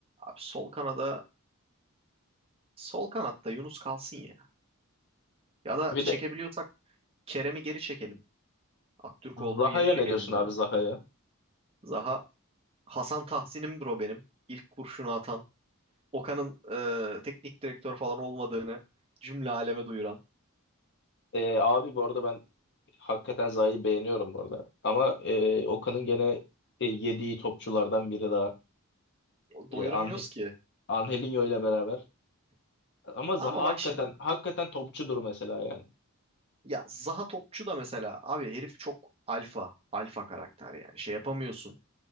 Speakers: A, on the right (about 25°); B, on the left (about 50°).
A: Abi sol kanada Sol kanatta Yunus kalsın ya. Ya da
B: Bir
A: çekebiliyorsak
B: de
A: Kerem'i geri çekelim. Aktürkoğlu'nu
B: Zaha'ya
A: geri çekelim
B: ne diyorsun
A: ya.
B: abi Zaha'ya?
A: Zaha Hasan Tahsin'imdir o benim. İlk kurşunu atan. Okan'ın e, teknik direktör falan olmadığını cümle aleme duyuran.
B: Ee, abi bu arada ben Hakikaten Zaha'yı beğeniyorum bu arada. Ama e, Okan'ın gene e, yediği topçulardan biri daha.
A: O- Doyuramıyoruz
B: E, Ange-
A: ki.
B: Angelinho ile beraber. Ama Zaha
A: Ama bak
B: hakikaten
A: şimdi.
B: hakikaten topçudur mesela yani.
A: Ya Zaha topçu da mesela abi herif çok alfa. Alfa karakter yani. Şey yapamıyorsun.